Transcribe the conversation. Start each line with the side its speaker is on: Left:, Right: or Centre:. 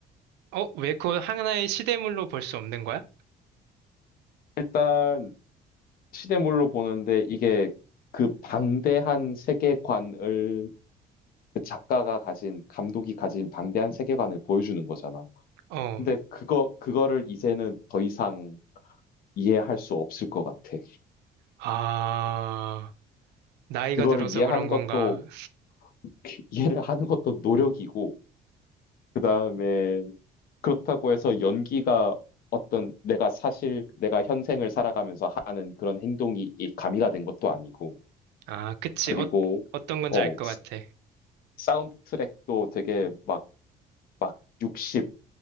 Right: 어, 왜 그걸 하나의 시대물로 볼 수 없는 거야?
Left: 일단 시대물로 보는데 이게 그 방대한 세계관을 그 작가가 가진, 감독이 가진 방대한 세계관을 보여주는 거잖아.
Right: 어.
Left: 근데 그거, 그거를 이제는 더 이상 이해할 수 없을 것 같아.
Right: 아, 나이가
Left: 그거를
Right: 들어서
Left: 이해하는
Right: 그런 건가?
Left: 것도, <laughs> 이해를 하는 것도 노력이고, 그 다음에 그렇다고 해서 연기가 어떤 내가 사실 내가 현생을 살아가면서 하는 그런 행동이 이 가미가 된 것도 아니고
Right: 아, 그치.
Left: 그리고
Right: 어, 어떤 건지
Left: 어
Right: 알 것
Left: 스-
Right: 같아.
Left: 사운드 트랙도 되게 막 막 60,